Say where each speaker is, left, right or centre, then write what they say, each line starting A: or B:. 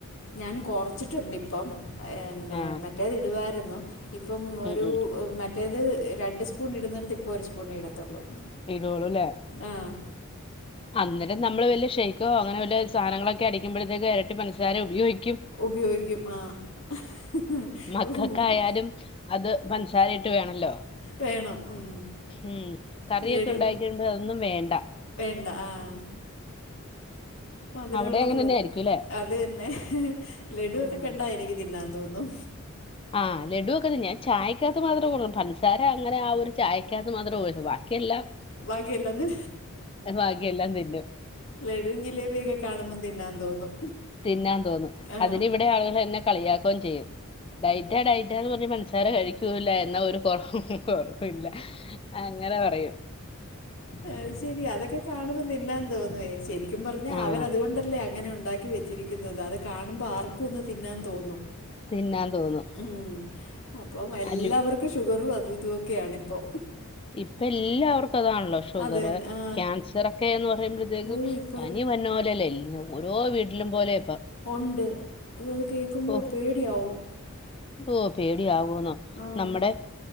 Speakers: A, on the left; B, on the left.
A: ഞാൻ കൊറച്ചിട്ടുണ്ട് ഇപ്പം എന്നെ
B: ആ
A: മറ്റേത് ഇടുവായിരുന്നു ഇപ്പം ഒരു
B: ഉം ഉം
A: മറ്റേത് രണ്ട് സ്പൂൺ ഇടുന്നിടത്ത് ഇപ്പോ ഒരു സ്പൂൺ ഇടം ത്തൊള്ളൂ
B: ഇടുള്ളൂ ല്ലേ
A: ആഹ്
B: അന്നേരം നമ്മള് വല്യെ ഷെയ്ക്കോ അങ്ങനെ വല്യെ സാനങ്ങളൊക്കെ അടിക്കുമ്പഴത്തേക്ക് ഇരട്ടി പഞ്ചസാര ഉപയോഗി
A: ഉപയോഗിക്കും ആഹ്
B: മക്കൾക്കായാലും
A: ഒരൂസം നോക്കും
B: അത് പഞ്ചസാര ഇട്ട് വേണല്ലോ
A: വേണം ഉം
B: ഉം കറിയൊക്കെ
A: ലഡു
B: ഉണ്ടാക്കിയോക്കുമ്പോ അതൊന്നും വേണ്ട
A: വേണ്ട ആഹ് മധുരം
B: അവിടെ
A: ഉള്ളത്
B: അങ്ങനെ
A: മതി
B: തന്നെ ആയിരിക്കും ല്ലേ
A: അത് തന്നെ ലഡു
B: ആഹ്
A: ഒക്കെ കണ്ട എനിക്ക് തിന്നാൻ തോന്നും
B: ആഹ് ലഡുവൊക്ക ഞാൻ ചായക്കകത്ത് മാത്രം കൂടു പഞ്സാര അങ്ങനെ ആ ഒരു ചായക്കകത്ത് മാത്രേ ഒര് ബാക്കിയെല്ലാം
A: ബാക്കിയെല്ലാം തന്നെ
B: ബാക്കിയെല്ലാം തിന്നു
A: ലഡും ജിലേബിയൊക്കെ കാണുമ്പോ തിന്നാൻ തോന്നും
B: തിന്നാൻ തോന്നും
A: ആ
B: അതിനിവിടെ ആളുകൾ എന്നെ കളിയാക്കോം ചെയ്യും ഡൈറ്റാ ഡയറ്റാ എന്ന് പറഞ്ഞ് പഞ്ചസാര കഴിക്കൂല്ല എന്നാ ഒ റ കൊറക്കും ഇല്ല അങ്ങനെ പറയും
A: അത് ശെരി അതൊക്കെ കാണുമ്പോ നിന്നാൻ തോന്നോയ് ശരിക്കും പറഞ്ഞാ
B: ആഹ്
A: അവരതുകൊണ്ടല്ലേ അങ്ങനെ ഉണ്ടാക്കി വെച്ചിരിക്കുന്നത് അത് കാണുമ്പ ആർക്കും ഒന്ന് തിന്നാൻ തോന്നും
B: തിന്നാൻ തോന്നും
A: ഉം അപ്പം എല്ലാവർക്കും
B: അലു
A: ഷുഗറും അതും ഇതുംക്കെയണിപ്പോ
B: ഇപ്പ എല്ലാവർക്കും അതാണല്ലോ ഷുഗർ
A: അത് തന്നെ ആ
B: ക്യാൻസറൊക്കെയെന്ന് പറയുമ്പോഴത്തേക്കും
A: ഓ ഇപ്പോൾ
B: പനി വര്ണ പോലെയല്ല എല്ല- ഓരോ വീട്ടിലും പോലെ ഇപ്പ
A: ഒണ്ട് അപ്പ അത് കേൾക്കുമ്പോ
B: ഓ
A: പേടിയാവും
B: ഓ പേടി ആവോന്നോ
A: ആഹ്
B: നമ്മടെ